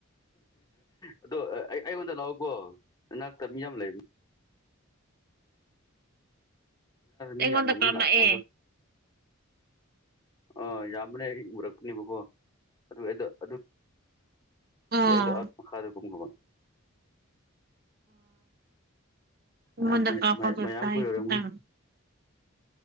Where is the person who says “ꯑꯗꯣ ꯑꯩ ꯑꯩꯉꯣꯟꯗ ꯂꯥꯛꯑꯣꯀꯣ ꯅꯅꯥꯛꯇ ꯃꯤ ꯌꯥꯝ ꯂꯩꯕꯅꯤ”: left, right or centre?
Left